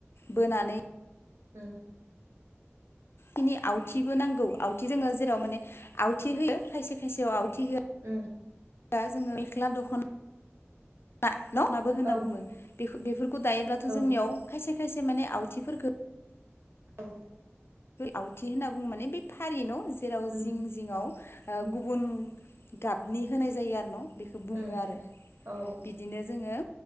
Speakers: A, on the left; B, on the right.
A: बोनानै
B: ओम
A: खिनि आवथिबो नांगौ आवथि जोङो जेराव माने आवथि होयो खायसे खायसेयाव आवथि होआ
B: ओम
A: दा जोङो मेख्ला दखना ना न' नाबो होनना
B: औ
A: बुङो बे बेफोरखौ खौ दायोब्लाथ'
B: औ
A: जोंनियाव खायसे खायसे माने आवथिफोरखौ
B: औ
A: आवथि होनना बुङो माने बे फारि न' जेराव
B: उम
A: जिं जिङआव ओ
B: उम
A: गुबुन गाबनि होनाय जायो आरो न' बेखौ बुङो
B: उम
A: आरो
B: औ
A: बिदिनो जोङो